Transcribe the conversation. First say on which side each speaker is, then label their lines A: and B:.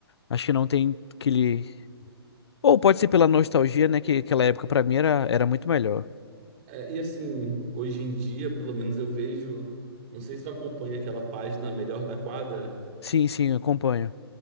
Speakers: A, on the left; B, on the right.
A: acho que não tem aquele. Ou pode ser pela nostalgia, né? Que aquela época pra mim era, era muito melhor.
B: É, e assim, hoje em dia, pelo menos eu vejo, não sei se tu acompanha aquela página Melhor da Quadra.
A: Sim, sim, eu acompanho.